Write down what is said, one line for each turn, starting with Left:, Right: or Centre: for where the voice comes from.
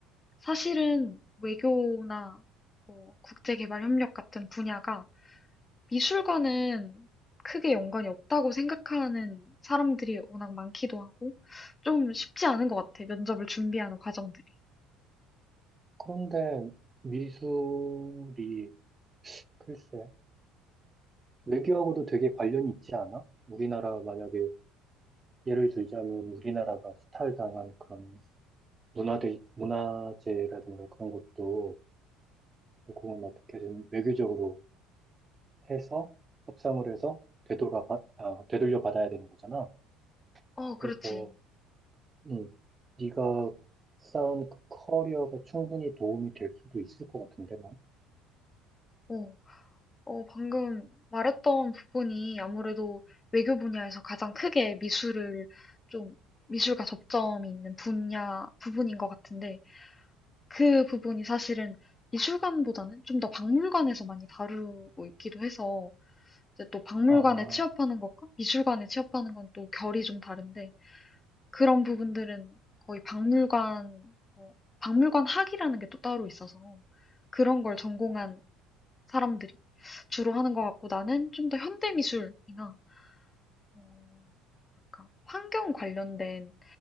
Left: 사실은 외교나 뭐 국제개발협력 같은 분야가 미술과는 크게 연관이 없다고 생각하는 사람들이 워낙 많기도 하고 좀 쉽지 않은 것 같아. 면접을 준비하는 과정들이.
Right: 그런데 미술이, 글쎄. 외교하고도 되게 관련이 있지 않아? 우리나라 만약에 예를 들자면 우리나라가 수탈당한 그런 문화대, 문화재라든가 그런 것도 결국은 어떻게든 외교적으로 해서 협상을 해서 되돌아 받, 아, 되돌려 받아야 되는 거잖아.
Left: 어,
Right: 그래서
Left: 그렇지.
Right: 음, 네가 쌓은 그 커리어가 충분히 도움이 될 수도 있을 것 같은데 난.
Left: 어. 어, 방금 말했던 부분이 아무래도 외교 분야에서 가장 크게 미술을 좀 미술과 접점이 있는 분야 부분인 것 같은데 그 부분이 사실은 미술관보다는 좀 더 박물관에서 많이 다루고 있기도 해서 이제 또 박물관에
Right: 아,
Left: 취업하는 것과 미술관에 취업하는 건 또 결이 좀 다른데 그런 부분들은 거의 박물관 뭐 박물관 학이라는 게 또 따로 있어서 그런 걸 전공한 사람들이 주로 하는 것 같고 나는 좀 더 현대미술이나 어, 뭐랄까, 환경 관련된